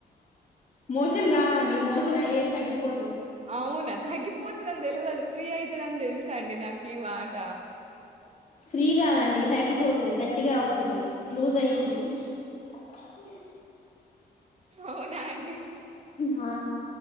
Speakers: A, on the left; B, on the right.
A: మోషన్ కావండి మోషన్ అయే తగ్గిపొ
B: అవునా? తగ్గిపోతుందని తెలియదు ఫ్రీ అయితేందని తెలుస అండి నాకు ఈ మాట.
A: ఫ్రీ కాదండి తగ్గిపోతుంది గట్టిగా అవుతుంది లూజ్ అయ్యింది
B: అవును.
A: త
B: అవునా అండి
A: ఆ